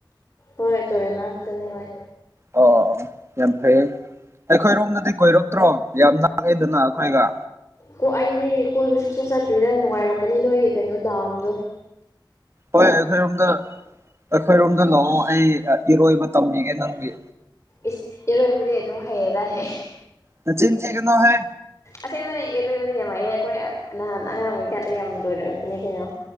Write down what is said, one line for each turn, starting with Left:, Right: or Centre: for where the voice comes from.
Left: ꯍꯣꯏ ꯇꯨꯔꯦꯟ ꯉꯥꯛꯇꯅꯤ ꯍꯣꯏ
Right: ꯑꯣ ꯑꯣ ꯌꯥꯝ ꯐꯩ ꯑꯩꯈꯣꯏꯔꯣꯝꯗꯗꯤ ꯀꯣꯏꯔꯛꯇ꯭ꯔꯣ ꯌꯥꯝ ꯉꯥꯡꯉꯦꯗꯅ ꯑꯩꯈꯣꯏꯒ
Left: ꯀꯣ ꯑꯩꯗꯤ ꯀꯣꯏꯕ ꯁꯨꯆꯠ ꯆꯠꯇ꯭ꯔꯤꯗ ꯅꯨꯡꯉꯥꯏꯔꯝꯒꯅꯤ ꯅꯣꯏꯒꯤ ꯀꯩꯅꯣ ꯗꯥꯝꯗꯣ
Right: ꯍꯣꯏ ꯑꯩꯈꯣꯏꯔꯣꯝꯗ ꯑꯩꯈꯣꯏꯔꯣꯝꯗ ꯂꯥꯛꯑꯣ ꯑꯩ ꯏꯔꯣꯏꯕ ꯇꯝꯃꯤꯒꯦ ꯅꯪꯒꯤ
Left: ꯏꯁ ꯏꯔꯣꯏꯕꯗꯤ ꯑꯗꯨꯝ ꯍꯩꯌꯦꯗꯥ ꯍ
Right: ꯁꯆꯤꯟ ꯆꯅꯣꯍꯦ
Left: ꯑꯁꯦꯡꯕꯅꯦ ꯏꯔꯣꯏꯕꯗꯤ ꯌꯥꯝ ꯃꯥꯏꯑꯦ ꯑꯩꯈꯣꯏ ꯅꯍꯥꯟ ꯑꯉꯥꯡ ꯑꯣꯏꯔꯤꯀꯥꯟꯗ ꯌꯥꯝ ꯂꯣꯏꯅꯔꯛꯄꯅꯦ ꯀꯩꯅꯣ